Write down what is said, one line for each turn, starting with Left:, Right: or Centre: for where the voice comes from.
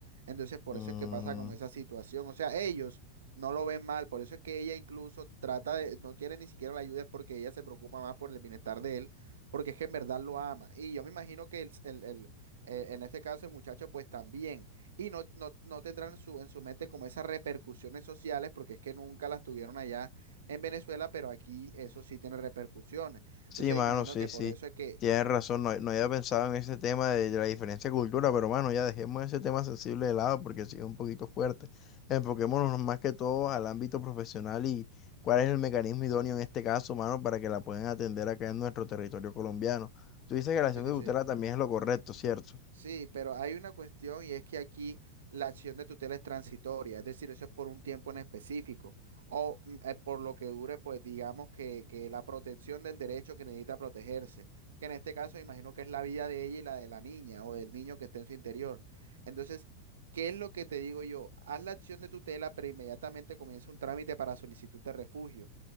Right: Entonces, por
Left: Mm,
Right: eso es que pasa como esa situación. O sea, ellos no lo ven mal, por eso es que ella incluso trata de, no quiere ni siquiera la ayuda, es porque ella se preocupa más por el bienestar de él, porque es que en verdad lo ama. Y yo me imagino que el, el, el- eh, en este caso el muchacho pues también y no, no, no tendrán en su, en su mente como esas repercusiones sociales, porque es que nunca las tuvieron allá en Venezuela, pero aquí eso sí tiene repercusiones.
Left: sí,
Right: Entonces
Left: mano,
Right: imagino
Left: sí,
Right: que
Left: sí.
Right: por eso es que...
Left: Tienes razón, no, no había pensado en ese tema de, la diferencia de cultura, pero mano, ya dejemos ese tema sensible de lado porque sí es un poquito fuerte. Enfoquémonos más que todo al ámbito profesional y cuál es el mecanismo idóneo en este caso, mano, para que la puedan atender acá en nuestro territorio colombiano. Tú dices que la acción
Right: Sí,
Left: de tutela
Right: sí.
Left: también es lo correcto, ¿cierto?
Right: Sí, pero hay una cuestión y es que aquí la acción de tutela es transitoria, es decir, eso es por un tiempo en específico o mm, eh, por lo que dure, pues digamos que, que la protección del derecho que necesita protegerse, que en este caso imagino que es la vida de ella y la de la niña o del niño que esté en su interior. Entonces, ¿qué es lo que te digo yo? Haz la acción de tutela, pero inmediatamente comienza un trámite para solicitud de refugio.